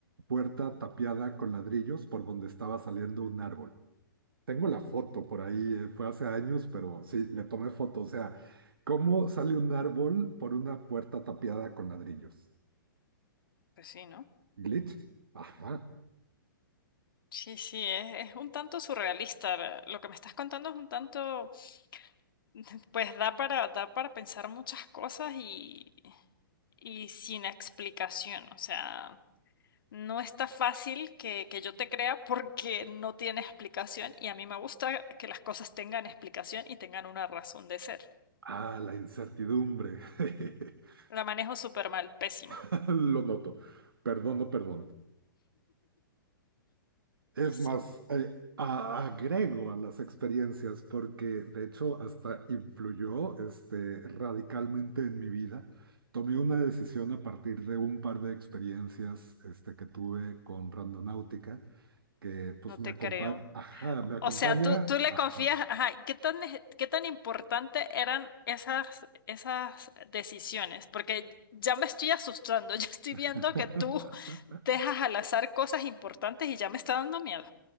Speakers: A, on the right; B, on the left.
A: puerta tapiada con ladrillos por donde estaba saliendo un árbol. Tengo la foto por ahí, eh, fue hace años, pero sí, le tomé foto. O sea, ¿cómo sale un árbol por una puerta tapiada con ladrillos?
B: pues sí, ¿no?
A: ¿Glitch? Ajá.
B: Sí, sí, es, es un tanto surrealista. la- Lo que me estás contando es un tanto, <laughs> pues da para, da para pensar muchas cosas y, y sin explicación. O sea, no está fácil que, que yo te crea porque no tiene explicación y a mí me gusta que las cosas tengan explicación y tengan una razón de ser.
A: Ah, la incertidumbre. <laughs>
B: La manejo súper mal, pésimo.
A: <laughs> Lo noto. Perdón, no perdón. Es
B: Y sí,
A: más, eh, a- agrego a las experiencias porque de hecho hasta influyó este, radicalmente en mi vida. Tomé una decisión a partir de un par de experiencias este, que tuve con Randonáutica, que pues
B: no
A: me
B: te
A: acompaña,
B: creo.
A: ajá, me acompaña,
B: O sea, tú, tú le
A: ajá.
B: confías, ajá, ¿qué tan, nece- qué tan importante eran esas, esas decisiones? Porque ya me estoy asustando, <laughs> ya estoy viendo
A: <laughs>
B: que tú dejas al azar cosas importantes y ya me está dando miedo.